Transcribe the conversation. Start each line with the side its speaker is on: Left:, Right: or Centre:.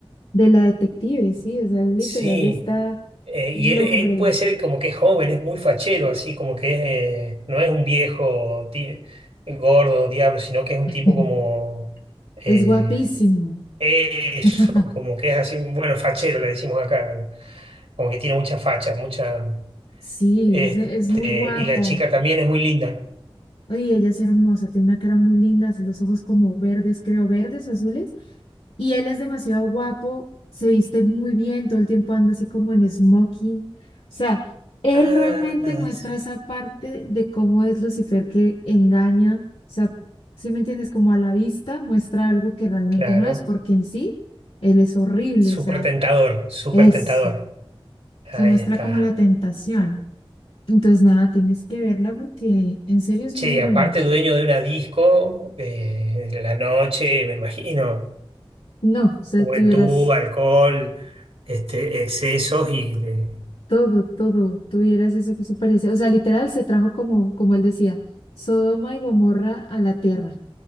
Left: de la detective, sí, o sea, literal
Right: Sí.
Left: está
Right: Eh, y
Left: loco
Right: él, él
Left: por allá.
Right: puede ser como que es joven, es muy fachero, así como que es, eh, no es un viejo ti- gordo, diablo, sino que es un
Left: <laughs>
Right: tipo como eh,
Left: Es guapísimo.
Right: eso,
Left: <laughs>
Right: como que es así, bueno, fachero le decimos acá, como que tiene mucha facha, mucha,
Left: Sí,
Right: este,
Left: es, de- es muy guapo.
Right: y la chica también es muy linda.
Left: Oye, ella es hermosa, tiene una cara muy linda, así los ojos como verdes, creo, verdes, azules. Y él es demasiado guapo, se viste muy bien, todo el tiempo anda así como en smoking. O sea, él
Right: Ah,
Left: realmente muestra
Right: sí,
Left: esa parte de cómo es Lucifer que engaña. O sea, si me entiendes, como a la vista muestra algo que realmente
Right: claro,
Left: no es, porque en sí él es horrible,
Right: súper
Left: o sea,
Right: tentador, súper
Left: es,
Right: tentador. Ahí
Left: se muestra
Right: está.
Left: como la tentación. Entonces, nada, tienes que verla porque en serio es
Right: Che,
Left: muy buena.
Right: aparte dueño de una disco, eh, de la noche, me imagino.
Left: No, o sea,
Right: Juventud,
Left: tuvieras
Right: alcohol, este, excesos y de-
Left: todo, todo, tuvieras eso que se parece. O sea, literal se trajo como, como él decía, Sodoma y Gomorra a la tierra.